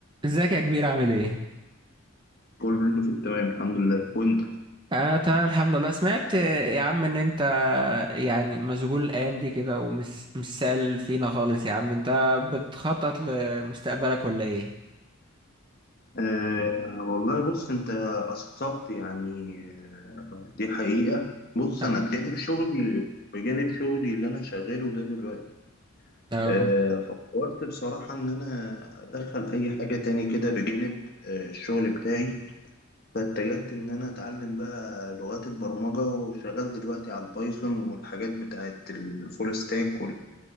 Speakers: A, on the right; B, on the left.
A: ازيك يا كبير عامل ايه؟
B: كله في التمام الحمد لله وانت
A: اه تمام الحمد لله سمعت آه، يا عم ان انت يعني مشغول الايام دي كده ومش مش سال فينا خالص يا عم انت بتخطط لمستقبلك ولا ايه؟
B: آه والله بص انت قصرت يعني آه دي حقيقة بص
A: اه
B: انا بجانب شغلي بجانب شغلي اللي انا شغاله ده دلوقتي
A: اه
B: آه فكرت بصراحة ان انا ادخل اي حاجة تاني كده بجانب آه الشغل بتاعي فاتجهت ان انا اتعلم بقى لغات البرمجة وشغال دلوقتي على البايثون والحاجات بتاعت الفول ستاك